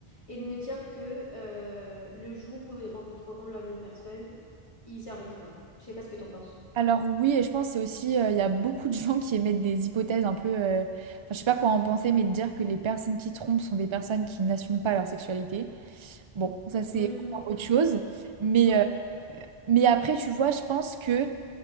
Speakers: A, on the left; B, on the right.
A: Et de me dire que euh, le jour où ils rencontreront la bonne personne, ils arrêteront. Je sais pas ce que t'en penses.
B: Alors oui, et je pense que c'est aussi, euh, il y a beaucoup de gens qui émettent des hypothèses un peu, euh, enfin, je sais pas quoi en penser, mais de dire que les personnes qui trompent sont des personnes qui n'assument pas leur sexualité. Bon, ça c'est
A: Mhm,
B: autre chose. Mais
A: ouais.
B: euh, Mais après, tu vois, je pense que